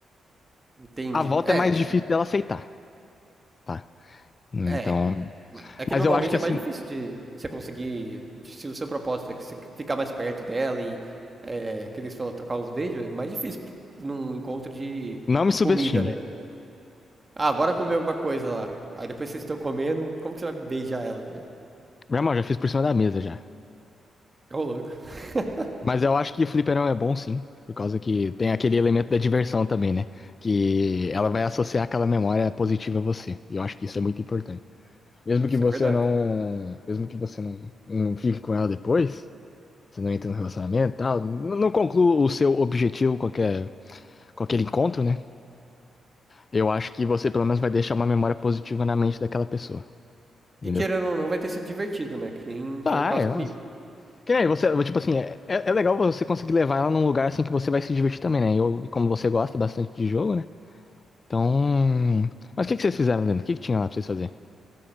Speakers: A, on the right; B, on the left.
A: Entendi.
B: A volta
A: É,
B: é mais
A: que.
B: difícil dela aceitar, tá? Então,
A: É. É que
B: mas
A: normalmente
B: eu acho que assim,
A: é mais difícil de você conseguir. de- se o seu propósito é que você ficar mais perto dela e. É, que eles falam trocar uns beijos, é mais difícil num encontro de
B: não me subestime.
A: comida, né? Ah, bora comer alguma coisa lá. Aí depois vocês estão comendo, como que você vai beijar ela?
B: Meu irmão, já fiz por cima da mesa já.
A: Ô, louco. <laughs>
B: Mas eu acho que o fliperão é bom sim, por causa que tem aquele elemento da diversão também, né? Que ela vai associar aquela memória positiva a você. E eu acho que isso é muito importante. Mesmo
A: Isso
B: que você
A: é verdade.
B: não, mesmo que você não, não fique com ela depois, Você não entra no relacionamento tal. N- Não conclua o seu objetivo com, aquele- com aquele encontro, né? Eu acho que você pelo menos vai deixar uma memória positiva na mente daquela pessoa. Entendeu?
A: E querendo ou não, vai ter sido divertido, né? Que nem
B: Vai,
A: foi o caso comigo.
B: mas. Que nem você, tipo assim, é, é é legal você conseguir levar ela num lugar assim que você vai se divertir também, né? Eu, e como você gosta bastante de jogo, né? Então. Mas o que, que vocês fizeram, Leandro? O que, que tinha lá pra vocês fazer?